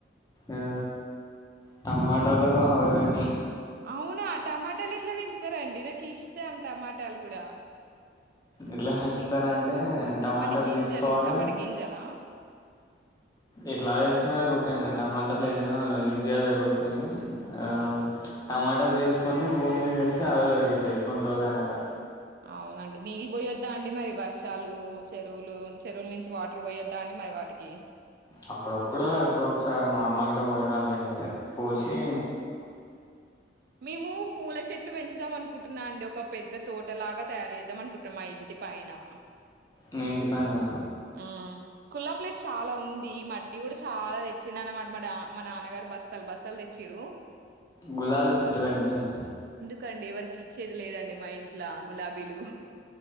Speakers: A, on the left (about 20°); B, on the right (about 55°).
A: ఆ టమాటాలు అవివే
B: అవునా టమాటాలు ఎట్ల పెంచుతరండీ నాకు ఇష్టం టమాటాలు ఇప్పుడా
A: ఎట్ల పెంచుతరంటే టమాటాలు
B: వాటి గింజలు
A: తీసుకోవాలె
B: టమాటా గింజలా
A: ఎట్ల వేసినా రుగుతయండీ టమాటాలు ఏమో ఈజీగా పెరుగుతాయి ఆ
B: అవునా అండి
A: టమాటాలు దీసుకొని భూమి మీద వేస్తే అవే పెరుగుతయి కొన్ని రోజులయినాక
B: అవునండి నీళ్ళు పోయొద్దా అండి మరి వర్షాలూ చెరువులూ చెరువుల నుంచి వాటర్ పోయొద్దా అండి మరి వాటికీ
A: అప్పుడప్పుడు ఎప్పుడో ఒకసారి నార్మల్ పోయాలండీ పొషీ
B: అవునా మేము పూల చె చెట్లు పెంచుదాం అనుకుంటున్నా అండి ఒక పెద్ద తోటలాగా తయారు చేద్దాం అనుకుంటున్నా మా ఇంటి పైనా
A: మీ ఇంటి పైననా
B: ఆ కుల్లా ప్లేస్ చాలా ఉందీ మట్టి కూడా చాలా తెచ్చిన అన్నమాట మా మా నాన్నగారు బస్తాలు బస్తాలు తెచ్చిర్రు
A: గులాబీ చెట్టు పెంచండి
B: కండీ ఎవరికి ఇచ్చేది లేదండీ మా ఇంట్ల గులాబీలు